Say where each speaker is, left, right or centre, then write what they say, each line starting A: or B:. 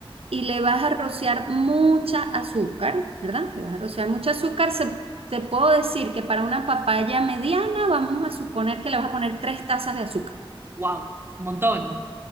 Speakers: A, on the right; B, on the right.
A: y le vas a rociar mucha azúcar, ¿verdad? Le vas a rociar mucha azúcar. Se- te puedo decir que para una papaya mediana vamos a suponer que le vas a poner tres tazas de azúcar.
B: Wow, un montón.